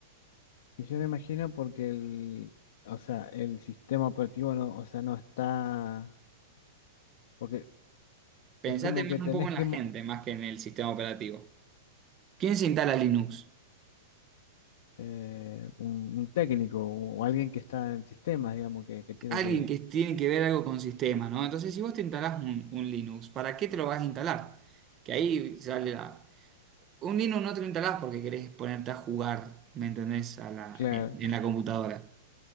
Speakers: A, on the left; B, on the right.
A: y yo me imagino porque el, o sea, el sistema operativo no, o sea, no está, porque
B: Pensate
A: es como
B: más
A: que tenés
B: un poco en
A: que
B: la gente
A: mo-
B: más que en el sistema operativo. ¿Quién se instala Linux?
A: eh, un, un técnico o alguien que está en sistemas, digamos, que, que tiene
B: Alguien
A: que,
B: que tiene que ver algo con sistema, ¿no? Entonces, si vos te instalás un, un Linux, ¿para qué te lo vas a instalar? Que ahí sale la... Un Linux no te lo instalás porque querés ponerte a jugar, ¿me entendés? A la,
A: claro,
B: en en la computadora.